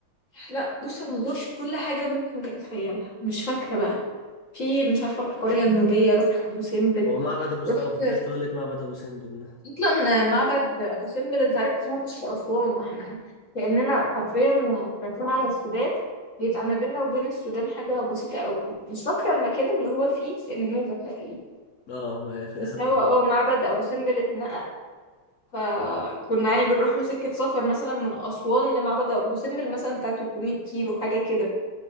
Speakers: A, on the left; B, on the left.
A: لا بص انا مزورش كل حاجة ممكن تتخيلها مش فاكرة بقى في مش عارفة القرية النوبية رحت أبو سمبل
B: هو معبد ابو س-
A: رحت
B: اه كنت لسه بقول لك معبد ابو سمبل ده
A: اصلا معبد ابو سمبل انت عارف إن هو مش في اسوان احنا كاننا حرفيا رايحين على السودان بيبقى ما بيننا وبين السودان حاجه بسيطه قوي مش فاكره المكان اللي هو فيه النوبه تقريبا
B: اه ما في الاخر
A: بس هو
B: خالص
A: اه معبد ابو سمبل اتنقل فكنا يعني بنروح له سكه سفر مثلا من اسوان لمعبد ابو سمبل مثلا بتاع 300 كيلو حاجه كده